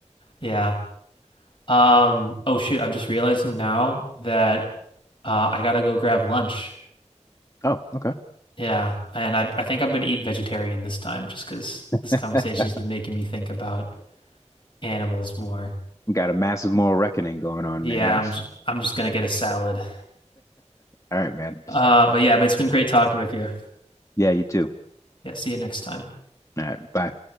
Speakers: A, on the left; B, on the left.
A: yeah. Um, oh shoot, I'm just realizing now that uh, I gotta go grab lunch.
B: Oh, okay.
A: Yeah, and I I think I'm gonna eat vegetarian this time just because this
B: <laughs>
A: conversation's been making me think about Animals more.
B: Got a massive moral reckoning going on
A: Yeah,
B: right now.
A: I'm j I'm just gonna get a salad.
B: All right, man.
A: Uh, but yeah, but it's been great talking with you.
B: Yeah, you too.
A: Yeah, see you next time.
B: All right, bye.